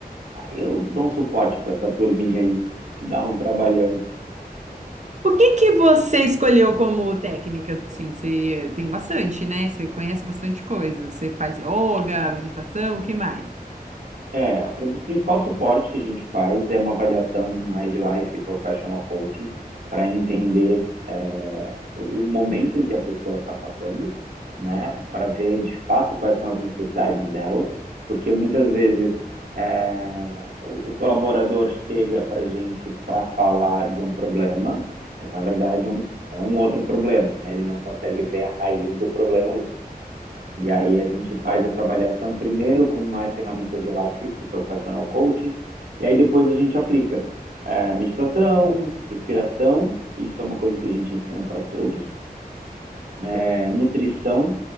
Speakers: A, on the right; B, on the right.
A: Aí eu dou um suporte para essa turminha aí, que dá um trabalhão
B: O que que você escolheu como técnica, assim? Você tem bastante, né? Você conhece bastante coisa. Você faz yoga, meditação, o que mais?
A: É, a pri- o principal suporte que a gente faz é uma avaliação mais de life e professional coaching para entender é, o o momento em que a pessoa está passando, né? Para ver de fato quais são as necessidades dela, porque muitas vezes é, o, o colaborador chega para a gente para falar de um problema, mas na verdade um- é um outro problema, né? Ele não consegue ver a raiz do problema ali. E aí a gente faz essa avaliação primeiro com mais ferramentas de Lattes e Professional Coaching, e aí depois a gente aplica é, meditação, respiração, isso é uma coisa que a gente ensina para todos, é, nutrição